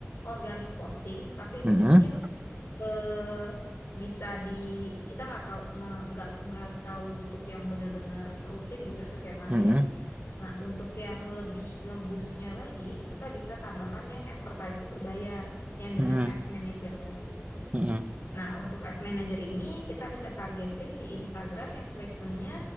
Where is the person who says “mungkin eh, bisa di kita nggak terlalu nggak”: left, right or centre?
Left